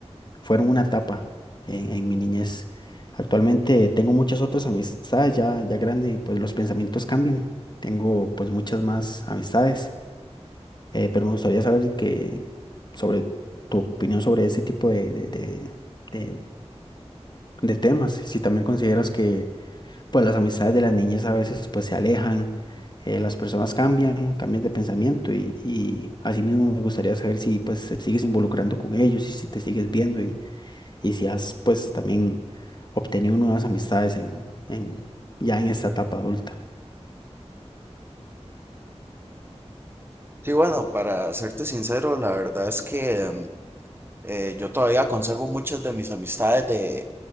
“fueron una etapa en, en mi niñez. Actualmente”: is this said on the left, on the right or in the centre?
Left